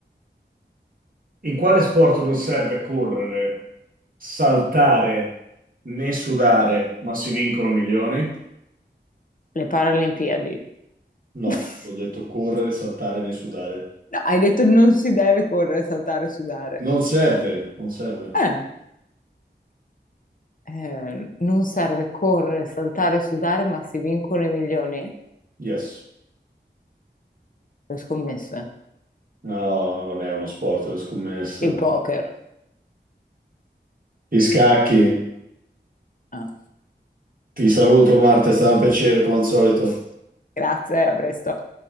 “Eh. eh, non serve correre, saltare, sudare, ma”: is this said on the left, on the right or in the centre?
Left